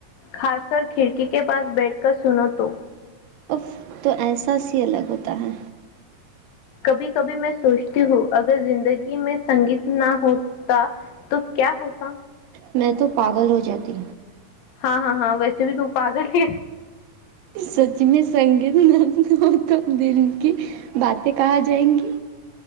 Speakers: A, on the left; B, on the right.
A: خاص کر کھڑکی کے پاس بیٹھ کر سنو تو
B: اف تو احساس ہی الگ ہوتا ہے
A: کبھی کبھی میں سوچتی ہوں اگر زندگی میں سنگیت نہ ہوتا تو کیا ہوتا
B: میں تو پاگل ہو جاتی
A: ہاں ہاں ہاں ویسے بھی تو پاگل ہے
B: سچ میں سنگیت نت گتم دل کی باتیں کہاںا جائیں گی